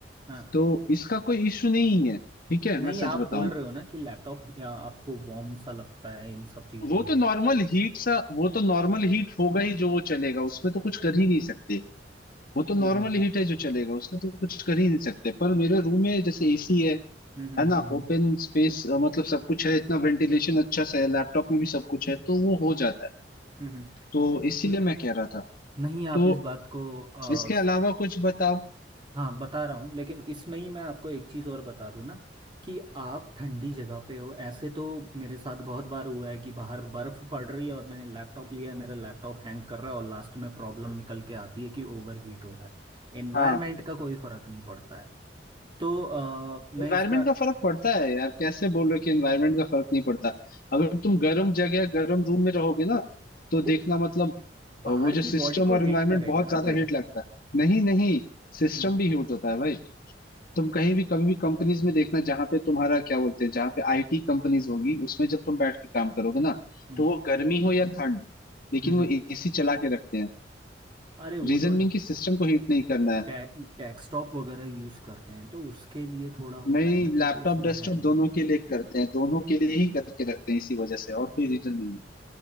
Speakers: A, on the right; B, on the left.
A: हाँ।
B: तो इसका कोई इश्यू नहीं है ठीक है
A: नहीं
B: मैं सच
A: आप
B: बताऊं
A: बोल रहे हो ना कि लैपटॉप आपको वार्म सा लगता है इन सब चीज़ों
B: वो
A: में
B: तो नॉर्मल हीट सा वो तो नॉर्मल हीट होगा ही जो वो चलेगा उसमें तो कुछ कर ही नहीं सकते वो तो नॉर्मल
A: हम्म
B: हीट है जो चलेगा उसका तो कुछ कर ही नहीं सकते पर मेरे रूम में जैसे एसी है
A: हम्म हम्म
B: है ना
A: हम्म
B: ओपन स्पेस मतलब सब कुछ है इतना वेंटिलेशन अच्छा सा है लैपटॉप में भी सब कुछ है तो वो हो जाता है
A: हम्म, हम्म।
B: तो
A: न-
B: इसीलिए
A: न-
B: मैं कह रहा था
A: नहीं
B: तो
A: आप इस बात को आ,
B: इसके
A: स-
B: अलावा कुछ बताओ
A: हाँ बता रहा हूँ लेकिन इसमें ही मैं आपको एक चीज़ और बता दूँ ना कि आप ठंडी जगह पे हो ऐसे तो मेरे साथ बहुत बार हुआ है कि बाहर बर्फ़ पड़ रही है और मैंने लैपटॉप लिया है मेरा लैपटॉप हैंग कर रहा है और लास्ट में प्रॉब्लम निकल के आती है कि ओवर हीट हो रहा है एनवायरनमेंट
B: हाँ
A: का कोई फ़र्क नहीं पड़ता है तो आ, मैं
B: एनवायरमेंट
A: इसका
B: का फर्क पड़ता है यार कैसे बोल रहे हो कि एनवायरमेंट का फर्क नहीं पड़ता अगर तुम गर्म जगह गर्म रूम में रहोगे ना तो
A: वो
B: देखना मतलब
A: बाहर
B: वो जो सिस्टम
A: की बॉडी को
B: और
A: हीट
B: एनवायरमेंट
A: करेगा
B: बहुत
A: ना
B: ज्यादा
A: फिर
B: हीट लगता है नहीं नहीं सिस्टम
A: हम्म
B: भी हीट होता है भाई तुम कहीं भी कभी भी कंपनीज में देखना जहां पे तुम्हारा क्या बोलते हैं जहां पे आईटी कंपनीज होगी उसमें जब तुम बैठ के काम करोगे ना
A: हम्म
B: तो वो गर्मी हो या ठंड लेकिन
A: हम्म
B: वो एसी चला के रखते हैं
A: अरे वो
B: रीजन
A: तो
B: बीइंग कि सिस्टम को हीट नहीं करना है
A: डे, डेस्कटॉप वगैरह यूज करते हैं तो उसके लिए थोड़ा होता
B: मैं
A: है ना क्योंकि
B: लैपटॉप
A: उसमें
B: डेस्कटॉप
A: है भी
B: दोनों के लिए करते हैं दोनों के लिए ही करके रखते हैं इसी वजह से और कोई रीजन नहीं है